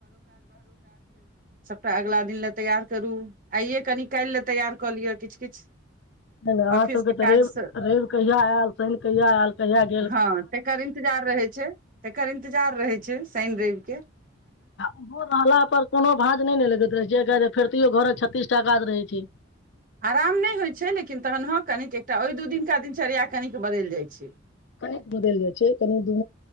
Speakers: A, on the left (about 60°); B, on the right (about 45°).
A: <unintelligible>
B: सबटा अगलाा दिन लए तैयार करू आइे। <unintelligible> कनि काल् लए तैयार कऽ लियअ किछु। किछु।
A: नहि अहाँ
B: ऑफिस
A: सबके
B: के काज
A: तऽ रव रेव कहिया आयल शन कहिय आयल कहिय
B: हँ तकर इंतजार रहे छै तकर इंतजार रहै छै। सइन रेवके।
A: आ ओहो रहला पर कोनो भाँंज नहि ने लगैत रहै छै क। फेरियो घरक छतीस टा ग रही छैी।
B: आराम नहि होइ छै लेकिन तखन ह कनिक एकटा ओहि दू दिनका दिनचर्या कनिक बदलि जाइत छै।
A: कन बदल जाइ छै कनि दु